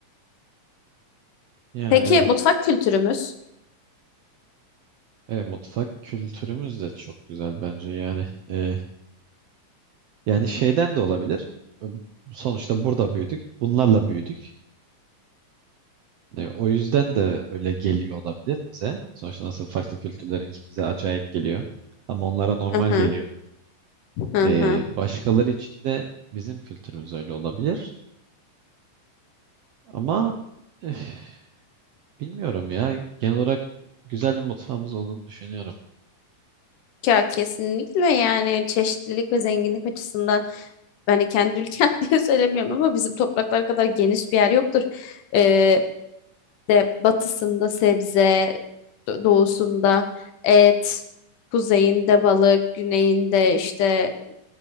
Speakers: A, on the right (about 70°); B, on the left (about 75°).
A: Yani
B: Peki
A: evet.
B: mutfak kültürümüz?
A: E, mutfak kültürümüz de çok güzel bence yani. e, Yani şeyden de olabilir. Sonuçta burada büyüdük. Bunlarla büyüdük. E, o yüzden de öyle geliyor olabilir bize. Sonuçta nasıl farklı kültürlerin ki bize acayip geliyor. Ama onlara normal
B: Hı hı,
A: geliyor.
B: hı
A: E,
B: hı.
A: başkaları için de bizim kültürümüz öyle olabilir. Ama üf, bilmiyorum ya. Genel olarak güzel bir mutfağımız olduğunu düşünüyorum.
B: Ya kesinlikle yani çeşitlilik ve zenginlik açısından ben de kendi ülkem <laughs> diye söylemiyorum ama bizim topraklar kadar geniş bir yer yoktur. Ee, de batısında sebze, do- doğusunda et, kuzeyinde balık, güneyinde işte